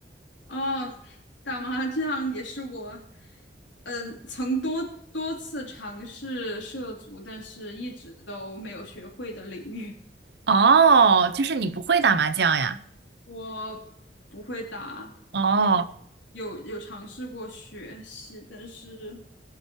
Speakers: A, on the left (about 85°); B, on the right (about 60°).
A: 哦，打麻将也是我，嗯，曾多多次尝试涉足，但是一直都没有学会的领域。
B: 哦，就是你不会打麻将呀？
A: 我不会打，
B: 哦，
A: 有有有尝试过学习，但是